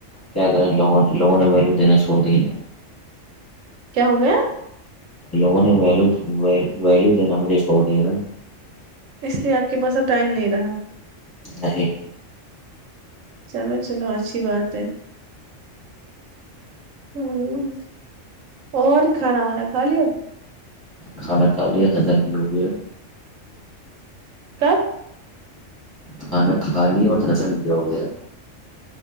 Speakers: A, on the left (about 20°); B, on the right (about 80°).
A: کیا کریں لگوں نے لوگوں نے ویلیو دے نا چھوڑ دیا نا
B: کیا ہو گیا
A: لوگوں نے ویلو ویلو دینا مجھے چھوڑ دیا نا
B: اس لیے آپ کے پاس اب ٹائم نہیں رہا
A: نہیں
B: چلو چلو اچھی بات ہے ہاں اور کھانا وانا کھا لیا
A: کھانا کھا لیا ہضم بھی ہو گیا
B: کب
A: کھانا کھالیے اور ہضم بھی ہوگیا